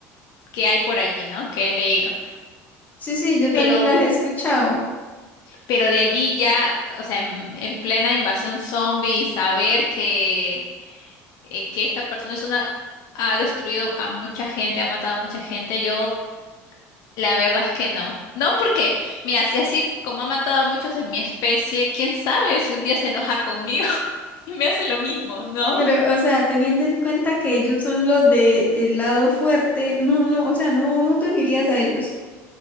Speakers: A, on the left; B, on the left.
A: que hay por allí, ¿no? Que he leído.
B: Sí, sí, yo
A: Pero,
B: también las he escuchado.
A: pero de allí ya, o sea, en, en plena invasión zombie, saber que eh, que esta persona es una, ha destruido a mucha gente, ha matado a mucha gente, yo la verdad es que no. No, porque, mira, si así como ha matado a muchos de mi especie, quién sabe si un día se enoja conmigo <laughs> y me hace lo mismo, ¿no?
B: Pero, o sea, teniendo en cuenta que ellos son los de el lado fuerte, no, no, o sea, no, no te unirías a ellos.